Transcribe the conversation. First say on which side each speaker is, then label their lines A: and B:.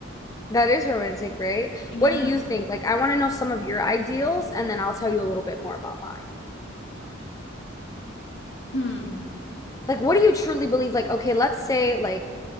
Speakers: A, on the left; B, on the left.
A: That is romantic, right?
B: <sighs> Yeah.
A: What do you think? Like, I want to know some of your ideals, and then I'll tell you a little bit more about mine.
B: Hmm.
A: Like, what do you truly believe? Like, okay, let's say, like,